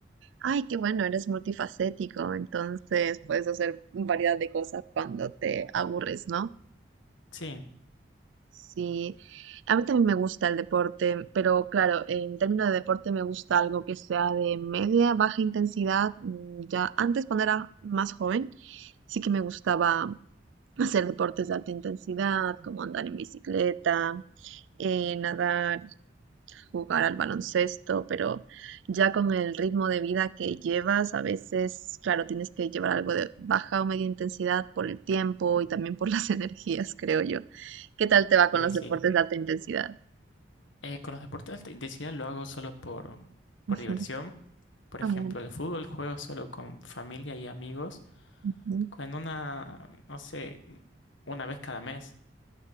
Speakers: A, on the right; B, on the left.
A: Ay, qué bueno, eres multifacético, entonces puedes hacer variedad de cosas cuando te aburres, ¿no?
B: Sí,
A: Sí, a mí también me gusta el deporte, pero claro, en términos de deporte me gusta algo que sea de media, baja intensidad. mm, Ya antes cuando era más joven, sí que me gustaba hacer deportes de alta intensidad, como andar en bicicleta, eh, nadar jugar al baloncesto, pero ya con el ritmo de vida que llevas, a veces, claro, tienes que llevar algo de baja o media intensidad por el tiempo y también por las <laughs> energías, creo yo. ¿Qué tal te va con
B: sí,
A: los
B: sí.
A: deportes de alta intensidad?
B: Eh, con los deportes de alta intensidad lo hago solo por, por
A: Ujú,
B: diversión. Por
A: amor,
B: ejemplo, el fútbol juego solo con familia y amigos,
A: ujú,
B: con una, no sé, una vez cada mes.